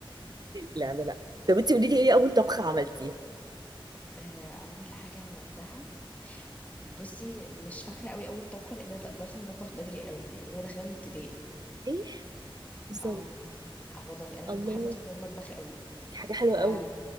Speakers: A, on the right (about 45°); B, on the left (about 15°).
A: لا لا لا طب انتي قولي لي ايه اول طبخه عملتيها
B: آه، اول حاجه عملتها بصي مش فاكره قوي اول طبخه لان انا داخله المطبخ بدري قوي يعني انا داخله من ابتدائي
A: ايه سوري
B: اه اه والله انا كنت
A: الله
B: بحب ادخل المطبخ قوي
A: دي حاجه حلوه
B: ف
A: قوي
B: اه